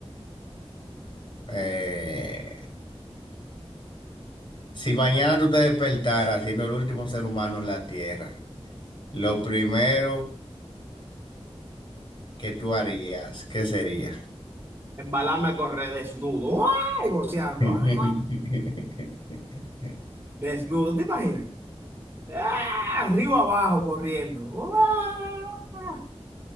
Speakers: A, on the left (about 45°); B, on the right (about 20°).
A: eh, si mañana tú te despertaras siendo el último ser humano en la Tierra, lo primero que tú harías, ¿qué sería?
B: Embalarme a correr desnudo, ¡ay! goceando,
A: <laughs>
B: ¡ah! desnudo, ¿te imaginas? ¡Ah! Arriba abajo corriendo. ¡ah!